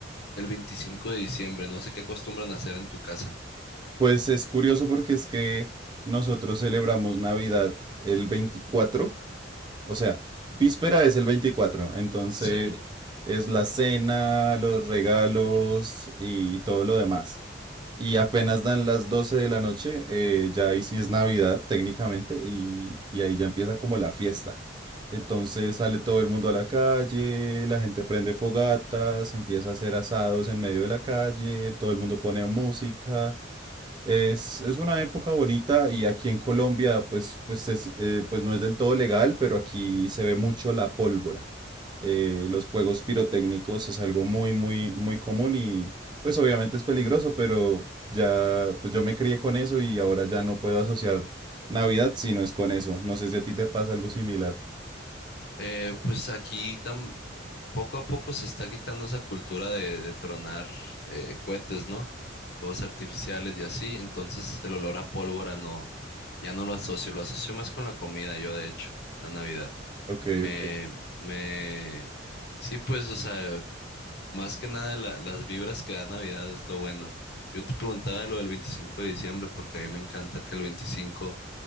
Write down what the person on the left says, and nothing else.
el 25 de diciembre, no sé qué acostumbran a hacer en tu casa.
Sí.
Eh, pues aquí tam- poco a poco se está quitando esa cultura de, de tronar eh, cohetes, ¿no? Fuegos artificiales y así. Entonces el olor a pólvora no, ya no lo asocio, lo asocio más con la comida, yo de hecho, la Navidad.
Me,
me, sí, pues, o sea, más que nada la- las vibras que da Navidad es lo bueno. Yo te preguntaba de lo del 25 de diciembre porque a mí me encanta que el 25